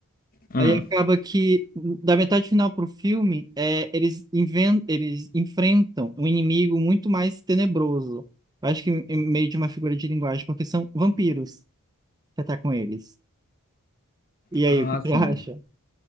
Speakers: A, on the left; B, on the right.
A: Uhum.
B: Aí acaba que, da metade final pro filme, é, eles, inven eles enfrentam um inimigo muito mais tenebroso. Acho que em meio de uma figura de linguagem, porque são vampiros que atacam eles. E aí,
A: Ah,
B: o que tu
A: sim.
B: acha?